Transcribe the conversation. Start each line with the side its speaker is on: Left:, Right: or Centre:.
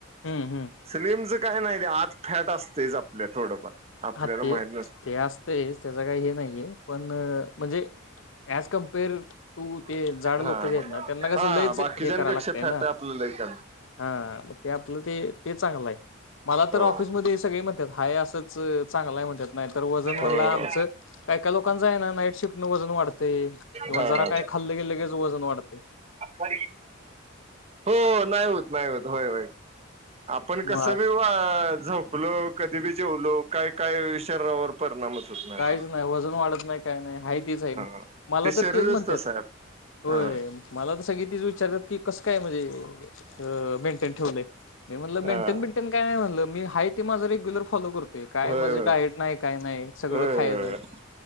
Left: हम्म हम्म
Right: स्लिमच काही नाही ते आत फॅट असतयच आपल्या थोडंफार आपल्याला
Left: हा ते
Right: माहित
Left: ते असतयच त्याच काही हे नाहीये पण म्हणजे ह्याच कं कंपेयर टु
Right: नसत
Left: जाड
Right: हा
Left: लोकंयत ना त्यांना
Right: हा
Left: कस लयच
Right: बाकीच्यापेक्षा
Left: हे करावं लागतय
Right: फॅट
Left: ना?
Right: आपलं लय कमी
Left: हा आपलं ते ते चांगलंय, मला तर
Right: हो
Left: ऑफिसमध्ये सगळे म्हणतात हाय असंच च चांगलाय म्हणत्यात नाही तर वजन म्हणला
Right: हो
Left: आमचं काय काय लोकांचय ना नाईट शिफ्टने वजन वाढतय किंवा
Right: हा
Left: जरा
Right: हा
Left: काय खाल्लं की लगेच वजन वाढतय
Right: हो हो नाही होत नाही होत होय होय आपण कसं
Left: मग
Right: बी झोपलो कधी बी जेवलो काय काय शरीरावर परिणामच होत नाय
Left: काहीच
Right: अस
Left: नाही वजन वाढत नाही काय नाही आहे तेच आहे,
Right: हा
Left: मला
Right: ते शरीरच
Left: त तेच म्हणत्यात.
Right: तसं आहे
Left: होय
Right: हा
Left: मला त सगळी तीच विचारतात की कसं काय म्हणजे. क मेंटेन ठेवलय मी म्हणलं मेंटेन
Right: हा
Left: बिंटेन काय म्हणलं मी आहे ते माझं रेग्युलर फॉलो करतोय, काय
Right: होय
Left: माझं डाएट नाही काय नाही. सगळं
Right: होय होय
Left: खायचंय
Right: होय